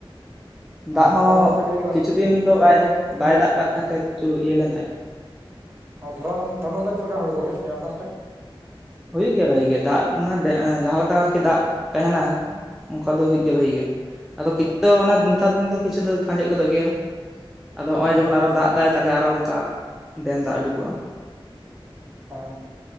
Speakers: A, in the centre; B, on the right.
A: ᱫᱟᱜ
B: ᱚ
A: ᱦᱚᱸ
B: ᱛᱚᱞᱟ ᱠᱚᱯᱮ ᱜᱤᱰᱤ ᱠᱮᱫᱟ
A: ᱠᱤᱪᱷᱩ
B: ᱥᱮ?
A: ᱫᱤᱱ ᱫᱚ
B: ᱛᱚᱞᱟ
A: ᱵᱟᱜ
B: ᱠᱚᱯᱮ ᱱᱤᱭᱟᱹ
A: ᱵᱟᱭ ᱫᱟᱜ ᱠᱟᱜ ᱛᱟᱦᱮᱸ ᱠᱤᱪᱷᱩ ᱤᱭᱟᱹ ᱞᱮᱱ ᱛᱟᱦᱮᱸᱜ
B: ᱟᱨ ᱫᱷᱚᱨᱚᱱ ᱫᱷᱚᱨᱚᱱ ᱨᱮ ᱪᱮᱫ ᱞᱮᱠᱟ ᱦᱩᱲᱩ ᱠᱚ ᱦᱮᱲᱮᱡ ᱜᱮᱭᱟ ᱟᱯᱮ ᱚᱱᱛᱮ?
A: ᱦᱩᱭᱩᱜ ᱜᱮᱭᱟ ᱵᱷᱟᱜᱤ ᱜᱮ ᱫᱟᱜ ᱢᱟᱱᱮ ᱡᱟᱦᱟᱸᱮ ᱞᱮᱠᱟ ᱟᱨᱠᱤ ᱫᱟᱜ ᱛᱟᱦᱮᱱᱟ ᱚᱱᱠᱟ ᱫᱚ ᱦᱩᱭᱩᱜ ᱜᱮᱭᱟ ᱵᱷᱟᱜᱤ ᱜᱮ ᱟᱫᱚ ᱠᱤᱪᱷᱩ ᱫᱚ ᱱᱮᱛᱟᱨ ᱫᱤᱱ ᱫᱚ ᱠᱤᱪᱷᱩ ᱫᱚ ᱟᱸᱡᱮᱫ ᱜᱚᱫᱚᱜ ᱜᱮᱭᱟ ᱟᱫᱚ ᱱᱚᱜᱼᱚᱭ
B: ᱦᱮᱸ
A: ᱡᱮᱢᱚᱱ ᱟᱨᱚ ᱫᱟᱜ ᱮᱟᱭ ᱛᱟᱦᱮ ᱟᱨᱚ ᱚᱱᱠᱟ ᱰᱮᱢ ᱫᱟᱜ ᱩᱰᱩᱠᱚᱜᱼᱟ
B: ᱦᱮᱸ